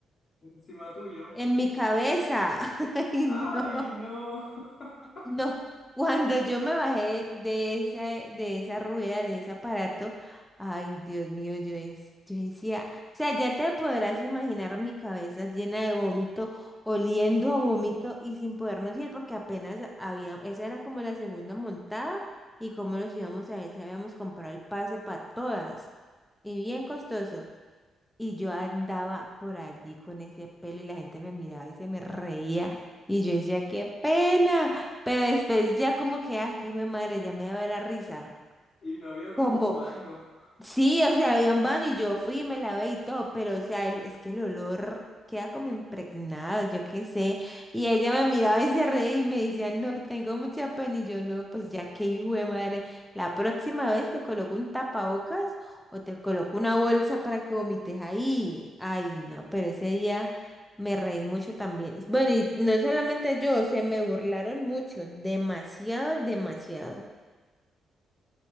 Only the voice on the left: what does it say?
Encima tuyo.
¡Ay,
no! <laughs>
Y no había como
un baño.